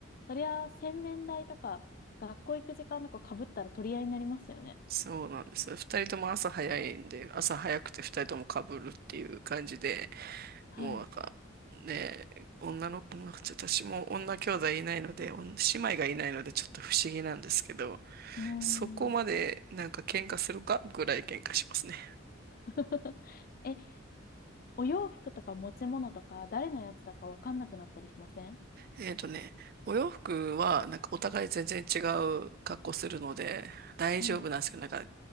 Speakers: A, on the left; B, on the right.
A: そりゃ洗面台とか学校行く時間とか被ったら取り合いになりますよね。
B: そうなんですよ。二人とも朝早いんで、朝早くて二人とも被るっていう感じで、
A: はい。
B: もうなんか、ね、女の子も、ちょっと私も女兄弟いないので、おん姉妹がいないのでちょっと不思議なんですけど、
A: うー
B: そこまでなんか喧嘩するかぐらい喧嘩しますね。
A: ん。<laughs> え、お洋服とか持ち物とか誰のやつだかわかんなくなったりしません
B: えっとね、お洋服は、なんかお互い全然違う格好するので、大丈夫なんですけど、
A: はい。
B: なんか、